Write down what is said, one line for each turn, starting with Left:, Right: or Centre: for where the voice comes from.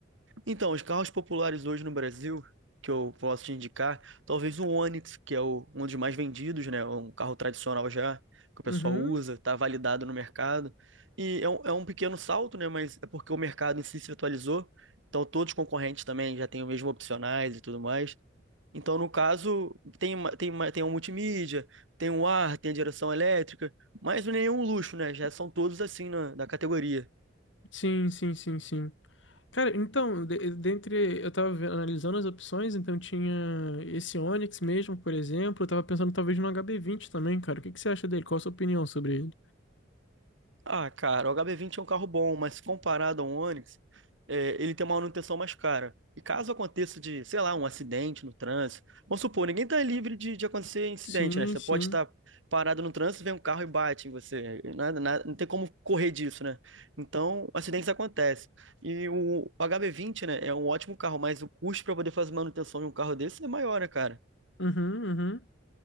Right: Então, os carros populares hoje no Brasil, que eu posso te indicar, talvez o Onix, que é o- um dos mais vendidos, né? Um carro tradicional já, que o
Left: Uhum.
Right: pessoal usa, está validado no mercado. E é um, é um pequeno salto, né? Mas é porque o mercado em si se atualizou. Então, todos os concorrentes também já têm o mesmo opcionais e tudo mais. Então, no caso, tem, uma- tem, uma- tem um multimídia, tem um ar, tem a direção elétrica, mas não é nenhum luxo, né? Já são todos assim na, da categoria.
Left: Sim, sim, sim, sim. Cara, então, de- dentre. Eu tava ve- analisando as opções, então tinha esse Onix mesmo, por exemplo. Eu tava pensando talvez no HB20 também, cara. O que que você acha dele? Qual a sua opinião sobre ele?
Right: Ah, cara, o hb vinte é um carro bom, mas comparado a um Onix, é, ele tem uma manutenção mais cara. E caso aconteça de, sei lá, um acidente no trânsito, vamos supor, ninguém está livre de, de acontecer incidente,
Left: Sim,
Right: né? Você
Left: sim.
Right: pode estar parado no trânsito, vem um carro e bate em você. Nada, nada- não tem como correr disso, né? Então, acidentes acontecem. E o hb vinte, né, é um ótimo carro, mas o custo para poder fazer manutenção de um carro desse é maior, né, cara?
Left: Uhum, uhum. <laughs>